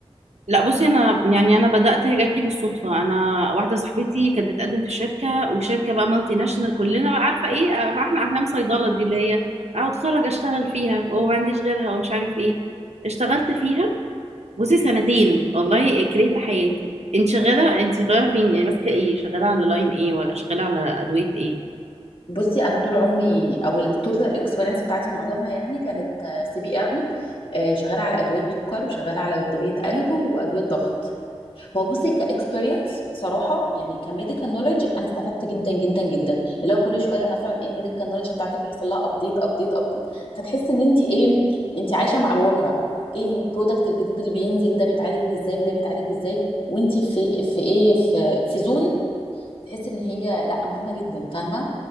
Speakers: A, on the right; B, on the left.
A: لا بصي انا يعني انا بدات هي جات لي بالصدفه انا واحده صاحبتي كانت بتقدم في شركه وشركه بقى مالتي ناشونال كلنا بقى عارفه ايه آه، فاحنا احلام صيدله دي اللي هي اقعد اتخرج اشتغل فيها وما عنديش غيرها ومش عارف ايه اشتغلت فيها بصي سنتين والله كرهت حياتي انت شغاله انت شغاله فين يعني ماسكه ايه شغاله على لاين ايه ولا شغاله على ادويه ايه
B: بصي انا طول عمري او التوتال الاكسبيرينس بتاعتي معظمها يعني كانت سي بي ام شغاله على ادويه سكر وشغاله على ادويه قلب وادويه ضغط هو بصي كاكسبيرينس صراحه يعني كميديكال نولج انا استفدت جدا جدا جدا اللي هو كل شويه مثلا ايه الميديكال نولج بتاعتك بيحصل لها ابديت ابديت ابديت فتحس ان انت ايه انت عايشه مع الواقع ايه البرودكت الجديد اللي بينزل ده بيتعالج ازاي وده بيتعالج ازاي وانت في في ايه في في زون تحس ان هي لا مهمه جدا فاهمه